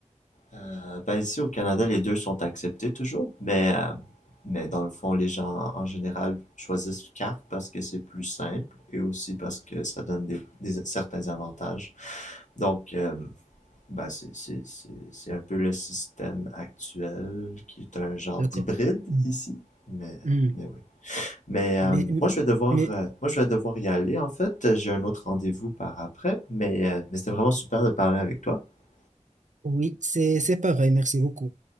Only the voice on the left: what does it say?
Euh, ben ici au Canada, les deux sont acceptés toujours, mais, euh, mais dans le fond, les gens en général choisissent carte parce que c'est plus simple et aussi parce que ça donne des, des- certains avantages. Donc, euh, ben c'est c'est- c'est- c'est un peu le système actuel qui est un genre
d'hybride
ici, mais,
mais oui. Mais euh,
moi, je vais devoir,
euh, moi, je vais devoir y aller en fait. J'ai un autre rendez-vous par après, mais, euh, mais c'était vraiment super de parler avec toi. <laughs>